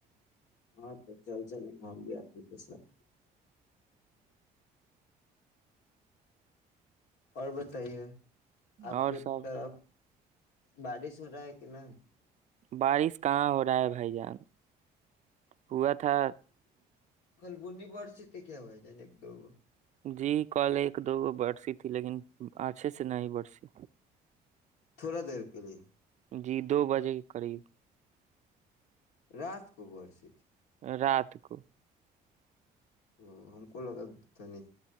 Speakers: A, on the left; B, on the right.
A: ہاں تو چل چلیں گھ ہم گ آ کے ساتھ اور بتائیے <inaudible> آپ
B: اور
A: کے
B: سب
A: طرف بارش ہو رہا ہے کہ نہیں
B: بارش کہاں ہو رہا ہے بھائی جان ہوا تھا
A: کل بی بڑ سے تو کیا ہو جائے نا ایک دو
B: جی کل ایک دو گ برسی تھی لیکن اچھے سے نہیں برسی
A: تھوڑا دیر کے لیے
B: جی دو بجے کے قریب
A: رات کو بورست
B: رات کو
A: ا ہم کو لگانی